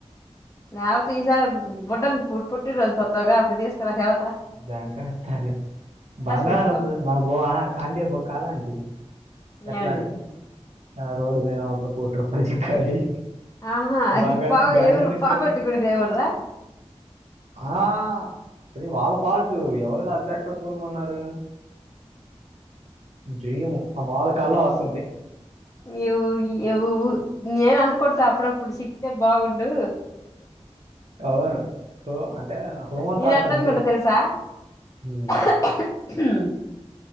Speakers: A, on the left; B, on the right.
A: లేకపోతే ఈసార్ బొడ్టన్ పు పుటిన రోజు కొత్తవుగా అప్పుడు తీసుకురా చెబుతా
B: బ్యాంక అర్థాలు బంగారం
A: పెట్టుకో
B: గురిన్చ్ మాకు బో ఆఁ అంటే బొ కళ అండి ఎట్లా
A: ఏవంటిది
B: అంటే ఆ రోడ్డు మీన ఒక కోటి రూపాయలు చిక్కాలి
A: ఆహా
B: బంగారు
A: ఈ పా
B: బ్యాగులు
A: ఎవరు
B: చిక్కాలి
A: పోగొట్టుకునేది ఎవడ్రా?
B: ఆ అది వాళ్ళ ఫాల్ట్ ఎవరు ఆజాగర్తగా కొమన్నారు డ్రీము మాముల్గ కళ్ళో వస్తుంటయి
A: ను్ ఇవ్ నేను అనుకుంటా అప్పుడప్పుడు చిక్కితే బాగుండు
B: అవును హూ అంటే హూమన్
A: నేను
B: థాట్స్
A: ఎట్ట
B: అంతే
A: అనుకుంటా తెలుసా
B: ఉ
A: <unintelligible>